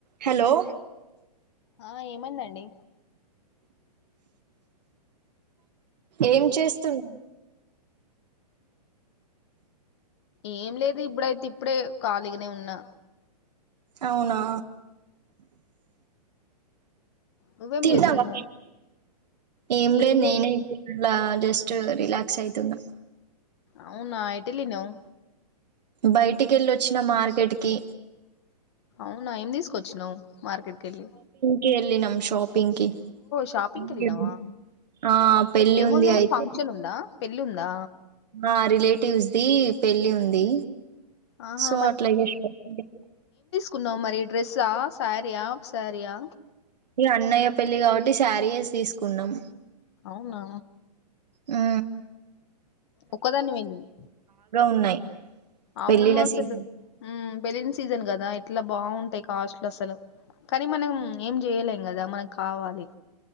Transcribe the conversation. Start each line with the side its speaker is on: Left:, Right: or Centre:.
Right: Hello
Left: ఆ ఏమైందండి
Right: ఏం చేస్తున్న
Left: ఏం లేదు ఇప్పుడైతే ఇప్పుడే కాలీగానే ఉన్నా
Right: అవునా
Left: నువ్వేం
Right: తిన్నావా
Left: చేస్తున్నావు
Right: ఏం
Left: తినలే
Right: లేదు నేనే ఇ ఇట్లా జస్ట్ రీలాక్స్ అయితున్నా
Left: అవునా ఎటెళ్ళినావ్
Right: బయటికి వెళ్లొచ్చిన మార్కెట్కి
Left: అవునా ఏమి తీసుకొచ్చినావ్ మార్కెట్ కెళ్ళి
Right: కెళ్ళినాము షాప్ పింకి
Left: షాపింగ్కి
Right: పింకీ
Left: వెళ్ళినావా
Right: ఆ పెళ్ళి
Left: ఏముందేమన్నా
Right: ఉంది అయితే
Left: ఫంక్షన్ ఉందా పెళ్ళి ఉందా
Right: ఆ రిలేటివ్స్ ది పెళ్ళి ఉంది
Left: ఆహా
Right: సో అట్లాగే షాపింగ్
Left: కున్న మరి డ్రెస్సా ఆ సారీయా ఆఫ్ స్యారియా
Right: ఈ అన్నయ్య పెళ్లి కాబట్టి శారీయస్ తీసుకున్నాం
Left: అవునా
Right: ఆ
Left: ఒక్కదాన్నే వెళ్ళింది,
Right: ఉన్నాయి
Left: అవును
Right: పెళ్ళిళ్ళ
Left: అసలు
Right: సీజన్
Left: పెళ్లిళ్ల సీజన్ కదా ఇట్లా బాగుంటాయి కాస్ట్లు అసలు కానీ మనం ఏం చేయలేం కదా మనం కావాలి